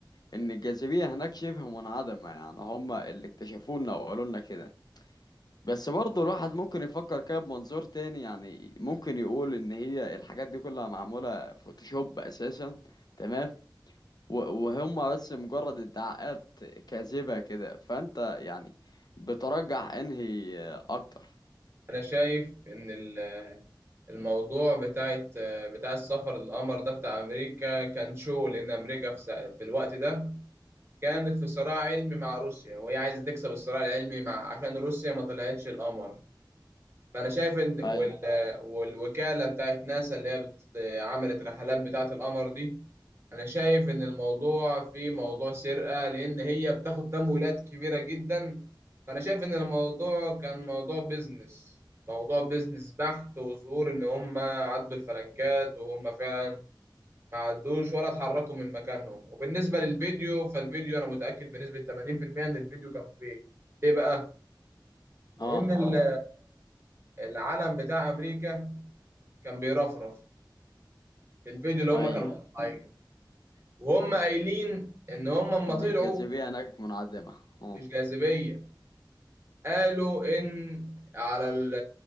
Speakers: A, on the left (about 55°); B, on the right (about 30°).
A: إن الجاذبية هناك شبه منعدمة يعني هما اللي اكتشفونا وقالوا لنا كده بس برضه الواحد ممكن يفكر كده بمنظور تاني يعني ممكن يقول ان هي الحاجات دي كلها معمولة فوتوشوب اساسا تمام و- وهم بس مجرد ادعاءات كاذبة كده فانت يعني بترجح انهي اكتر
B: أنا شايف إن ال- الموضوع بتاعت آه، بتاع السفر للقمر ده بتاع أمريكا كان شو لأن أمريكا في سا- في الوقت ده كانت في صراع علمي مع روسيا وهي عايزة تكسب الصراع العلمي مع عشان روسيا ما طلعتش القمر فأنا شايف إن وال...
A: ايوه
B: والوكالة بتاعت ناسا اللي هي بت... عملت رحلات بتاعت القمر دي أنا شايف إن الموضوع فيه موضوع سرقة لأن هي بتاخد تمويلات كبيرة جدا فأنا شايف إن الموضوع كان موضوع بيزنس موضوع بيزنس بحت وظهور إن هم عدوا الفلنكات وهم فعلا ما عدوش ولا اتحركوا من مكانهم وبالنسبة للفيديو فالفيديو أنا متأكد بنسبة 80% إن الفيديو كان فيك ليه بقى؟ لأن
A: اه
B: ال- العلم بتاع أمريكا كان بيرفرف في الفيديو اللي هم
A: ايوه
B: كانوا مطلعينه وهم قايلين إن هم أما
A: ان
B: طلعوا
A: الجاذبية هناك منعدمة اه
B: مش جاذبية قالوا إن على ال